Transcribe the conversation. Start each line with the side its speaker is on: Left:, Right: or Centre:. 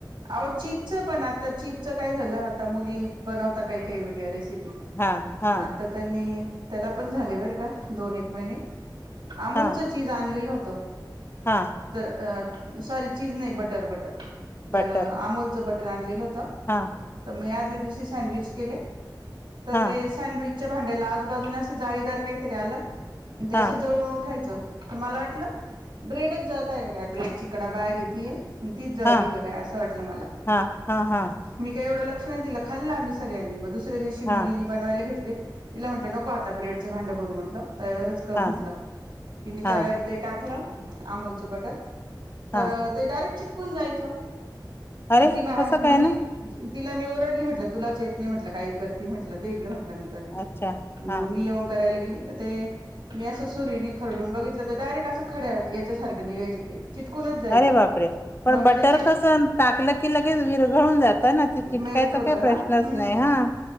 Right: अह चीजचं पण आता चीजचं काय झालं आता मुली बनवता काही काही वेगळ्या रेसिपी
Left: हा हा
Right: आता त्यांनी त्याला पण झाले बर का दोन एक महिने. अमूलचं
Left: हा
Right: चीज आणलेलं होतं.
Left: हा
Right: तर सॉरी चीज नाही बटर बटर
Left: बटर
Right: तर अमोलचं बटर आणलेलं होत.
Left: हा.
Right: तर मी आदल्या दिवशी सँडविच केले तर
Left: हा
Right: ते सँडविचच्या भांड्याला आजूबाजून असं जाळीदार काहीतरी आलं ते
Left: हा
Right: असं जळून उठायचं. तर मला वाटलं ब्रेडच जवातय का काय ब्रेडची कडा बाहेर य तीे तीच जळते.
Left: हा
Right: वाट
Left: हा हा हा
Right: मी काव लक्ष नाही दि खाल् सग्यांनी द दिवशी मुलीनी
Left: हा
Right: बनवायला घेतले त म्हटलं नको आता ब्रेडचं भांड भरू म्हटलं त्यावरच म्हंटलं
Left: हा
Right: ती तयार
Left: हा
Right: ते टाकलं अमूोलचं बटर तर
Left: हा
Right: ते डायरेक्ट चिटकून जायचं
Left: अरे
Right: ती मा
Left: कसं
Right: मग
Left: काय
Right: मी
Left: ना
Right: तिला मी ओरडली म्हटलं तुलाच येत नाही म्हटलं काही करते म्हटलं. दकडे म्हटलं मी कर
Left: अच्छा
Right: मग
Left: हा
Right: मी येोन करायला गेली. तर ते मी असं सुरीने खरडून बघितलं. तर डायरेक्ट असं खड्या याच्यासारखं निघायचं ते चिटकूनच जायचं
Left: अरे बापरे पण
Right: मग
Left: बटर
Right: मी त्याची
Left: कसं टाकलं की लगेच विरघळून जात. ते चिटकायचा
Right: मेल्ट होत
Left: काही प्रश्नच
Right: ना हम्म
Left: नाही हा